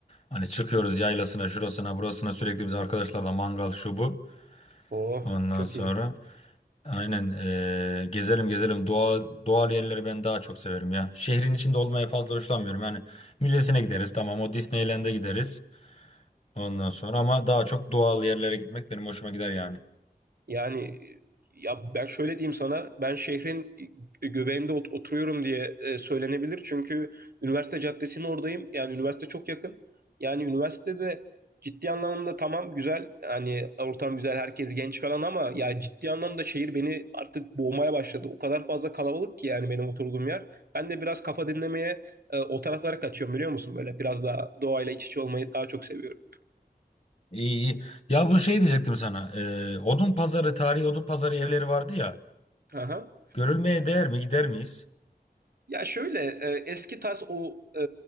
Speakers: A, on the left; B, on the right.
A: hani çıkıyoruz yaylasına, şurasına, burasına sürekli biz arkadaşlarla mangal şu bu.
B: Oh
A: Ondan
B: çok
A: sonra
B: iyi.
A: aynen eee, gezelim gezelim. Doğa, doğal yerleri ben daha çok severim ya. Şehrin içinde olmaya fazla hoşlanmıyorum. Yani müzesine gideriz tamam o Disneyland'e gideriz. Ondan sonra ama daha çok doğal yerlere gitmek benim hoşuma gider yani.
B: Yani ya ben şöyle diyeyim sana, ben şehrin göbeğinde ot- oturuyorum diye e, söylenebilir. Çünkü üniversite caddesinin oradayım. Yani üniversite çok yakın. Yani üniversitede ciddi anlamda tamam güzel. Hani ortam güzel, herkes genç falan ama ya ciddi anlamda şehir beni artık boğmaya başladı. O kadar fazla kalabalık ki yani benim oturduğum yer. Ben de biraz kafa dinlemeye e, o taraflara kaçıyorum biliyor musun? Böyle biraz daha doğayla iç içe olmayı daha çok seviyorum.
A: İyi iyi. Ya bu şey diyecektim sana. Ee, odun pazarı, tarihi odun pazarı evleri vardı ya.
B: Aha.
A: Görülmeye değer mi? Gider miyiz?
B: Ya şöyle e, eski tarz o e,